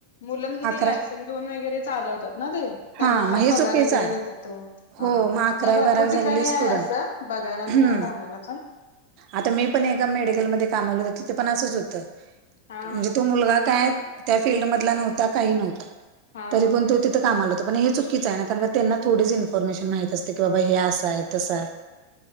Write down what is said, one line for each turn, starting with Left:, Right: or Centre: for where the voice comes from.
Left: मुलं म्हणजे
Right: अकरा
Left: ते लायसन घेऊन वगैरे चालवतात ना ते? त्यांना
Right: हा मग हे
Left: पगार
Right: चुकीचं
Left: वगैरे
Right: आहे.
Left: देतात त
Right: हो
Left: हां,,
Right: मग अकरावी
Left: हे भरपूर
Right: बारावी झालेले
Left: ठिकाणी
Right: स्टुडंट
Left: आहे असं. बघायला
Right: हम्म.
Left: मिळालं आम्हाला पण.
Right: आता मी पण एका मेडिकलमध्ये कामाला होते, तिथं पण असंच होतं.
Left: हा
Right: म्हणजे तो मुलगा काय, त्या फिल्ड मधला नव्हता काही नव्हता.
Left: हा हा
Right: तरी
Left: हा
Right: पण तो तिथं कामाला होता, पण हे चूक कीचं आहे ना, कारण त्यांना थोडीच इन्फॉर्मेशन माहित असते की बाबा हे असं आहे तसं आहे.